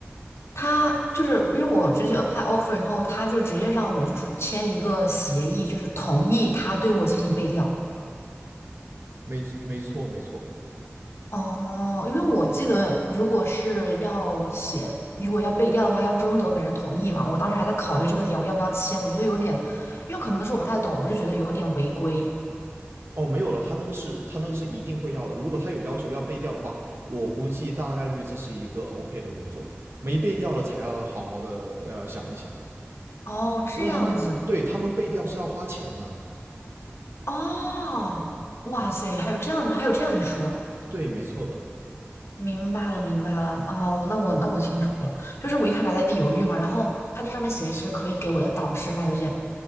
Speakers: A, on the left; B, on the right.
A: 他就是因为我直接 apply offer 以后，他就直接让我就是签一个协议，就是同意他对我进行被调。
B: 没没错没错。
A: 哦，因为我记得，如果是要写，如果要背调的话，要征得本人同意嘛。我当时还在考虑这个点，我要不要签？我觉得有点，因为可能是我不太懂，我就觉得有点违规。
B: 哦，没有了，他那个是他那个是一定会要的。如果他有要求要背调的话，我估计大概率这是一个 OK 的工作。没背调了才要好好的呃想一想，
A: 哦，这样子，
B: 因为他们对他们背调是要花钱的。
A: 哦，哇塞，还有这样，还有这样一说，
B: 对，没错的。
A: 明白了，明白了。哦，那我那我清楚了，就是我一开始还在犹豫嘛，然后他这上面写的是可以给我的导师发邮件，